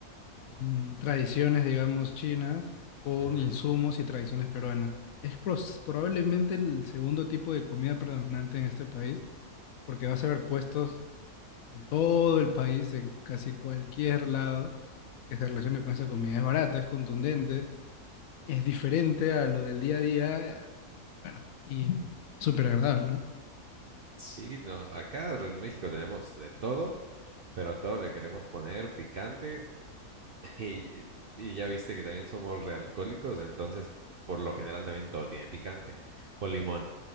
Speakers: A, on the left; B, on the right.
A: mm, tradiciones, digamos, chinas con
B: ujú.
A: insumos y tradiciones peruanas. Es pros- probablemente el segundo tipo de comida predominante en este país, porque vas a ver puestos en todo el país, en casi cualquier lado que se relacione con esa comida. Es barata, es contundente, es diferente a lo del día a día, eh, bueno, y súper agradable,
B: Sí, no, acá en México tenemos de todo, pero a todo le queremos poner picante Y, y ya viste que también somos realcohólicos, entonces por lo general también todo tiene picante. O limón,